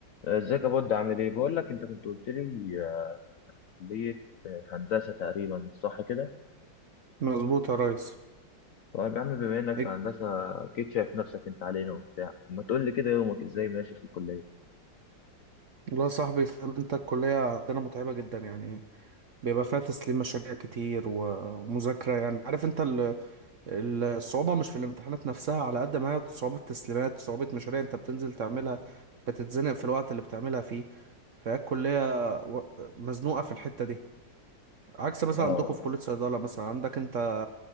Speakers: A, on the left; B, on the right.
A: ازيك يا بود عامل ايه بقول لك انت كنت قلت لي آه، كليه آه، هندسه تقريبا صح كده
B: مظبوط يا ريس
A: طيب يا عم بما انك
B: إيه؟
A: في هندسه اكيد شايف نفسك انت علينا وبتاع ما تقول لي كده يومك ازاي ماشي في الكليه
B: والله يا صاحبي فاهم انت الكلية عندنا متعبة جدا يعني بيبقى فيها تسليم مشاريع كتير و- ومذاكرة يعني عارف انت ال- ال- الصعوبة مش في الامتحانات نفسها على قد ما هي صعوبة تسليمات صعوبة مشاريع انت بتنزل تعملها بتتزنق في الوقت اللي بتعملها فيه فهي الكلية و- مزنوقة في الحتة دي عكس مثلا
A: اه
B: عندكم في كلية صيدلة مثلا عندك انت